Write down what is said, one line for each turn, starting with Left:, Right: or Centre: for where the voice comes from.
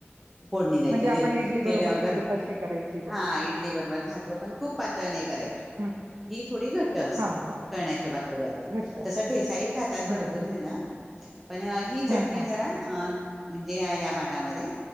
Centre: फोडणी द्यायची
Right: म्हणजे आपण
Centre: ज
Right: इडली
Centre: तेला
Right: बरोबर
Centre: अगर
Right: खातो तशी करायची बुवा.
Centre: हा इडली बरोबर खातो पण खूप पातळ नाही करायची
Right: हं,
Centre: ही थोडी घट्ट असते
Right: हां, हां.
Centre: कळण्याच्या बाकरी बरोबर.
Right: घट्ट.
Centre: तस ठेसाही खातात भरपूर
Right: हं, हं.
Centre: जण पण ही चटणी
Right: हां, हां.
Centre: जरा अ म्हणजे या भागामध्ये